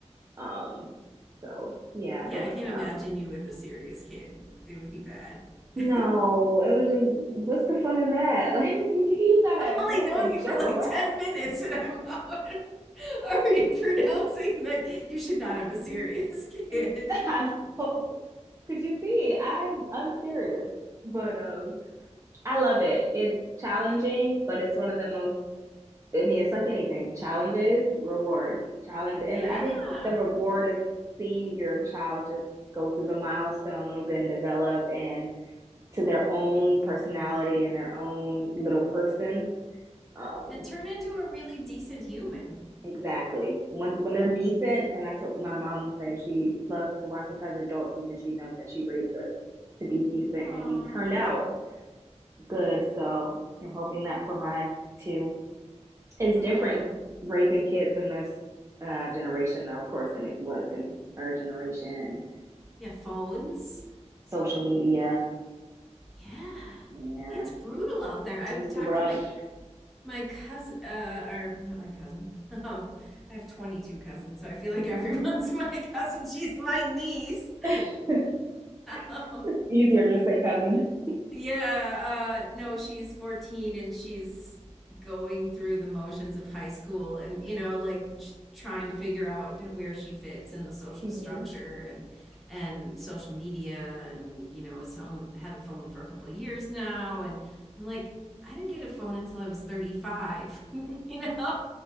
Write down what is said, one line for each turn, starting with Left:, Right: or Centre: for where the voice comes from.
Right: Um, so yeah,
Centre: Yeah,
Right: it worked
Centre: I can't
Right: out.
Centre: imagine you with a serious kid. It would be bad. <laughs>
Right: No,
Centre: I've
Right: it was just what's the fun in that? Like <laughs> you gotta
Centre: only
Right: know
Centre: known
Right: how to
Centre: you
Right: joke
Centre: for like
Right: around.
Centre: 10
Right: <laughs>
Centre: minutes and I'm already <laughs> already pronouncing that you should not have a serious <laughs> kid.
Right: Yeah, I know. Cause you see, I'm unserious, but um, I love it. It's challenging, but it's one of the most. I mean, it's like anything: challenges, reward, challenge,
Centre: Yeah.
Right: and I think the reward is seeing your child just go through the milestones and develop and to their own personality and their own little person. Um,
Centre: And turn into a really decent human.
Right: exactly. When when they're decent, and that's what my mom will say. She loves to watch us as adults because she knows that she raised us to be decent, and
Centre: Aww.
Right: we turned out good. So I'm hoping that for mine too. It's
Centre: Aww.
Right: different raising kids in this uh, generation, though, of course, than it was in our generation and
Centre: Yeah, phones,
Right: social media.
Centre: Yeah,
Right: Yeah,
Centre: it's brutal out there. I've
Right: it's
Centre: talked
Right: rough.
Centre: to my my cousin, uh, or not my cousin. <laughs> Um, I have 22 cousins, so I feel like everyone's <laughs> my cousin. She's my niece. <laughs>
Right: <laughs>
Centre: Um,
Right: easier to just say cousin.
Centre: yeah, uh no, she's 14 and she's going through the motions of high school and you know like t- trying to figure out where she fits in the social
Right: hmm
Centre: structure and and social media and you know has home, had a phone for a couple of years now and I'm like I didn't get a phone until I was 35, <laughs> you know.